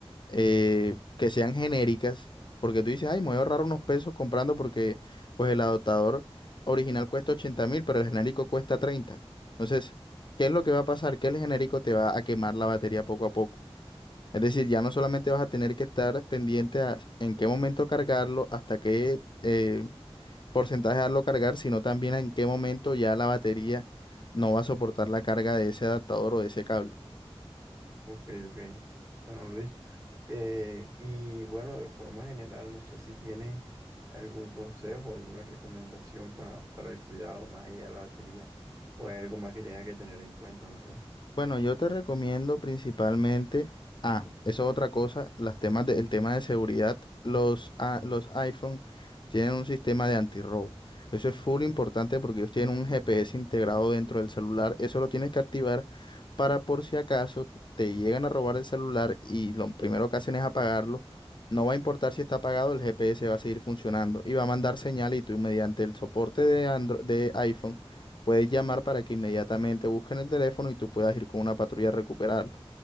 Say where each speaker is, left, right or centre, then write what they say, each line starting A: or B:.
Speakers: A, on the left; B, on the right.
A: eh, que sean genéricas, porque tú dices, ay, me voy a ahorrar unos pesos comprando porque pues el adaptador original cuesta 80 mil, pero el genérico cuesta 30. Entonces, ¿qué es lo que va a pasar? Que el genérico te va a quemar la batería poco a poco. Es decir, ya no solamente vas a tener que estar pendiente a en qué momento cargarlo, hasta qué eh, porcentaje darlo cargar, sino también en qué momento ya la batería no va a soportar la carga de ese adaptador o de ese cable.
B: Ok, ok. Bueno, Luis. eh, y bueno, de forma general, no sé si tienes algún consejo, alguna recomendación pa- para el cuidado más allá de la batería o hay algo más que tenga que tener en cuenta, no sé.
A: Bueno, yo te recomiendo principalmente, ah, eso es otra cosa, las temas de- el tema de seguridad, los, a- los iPhone tienen un sistema de antirrobo. Eso es full importante porque ellos tienen un GPS integrado dentro del celular. Eso lo tienes que activar para por si acaso te llegan a robar el celular y lo primero que hacen es apagarlo. No va a importar si está apagado, el GPS va a seguir funcionando y va a mandar señal y tú mediante el soporte de Andro- de iPhone Puedes llamar para que inmediatamente busquen el teléfono y tú puedas ir con una patrulla a recuperarlo.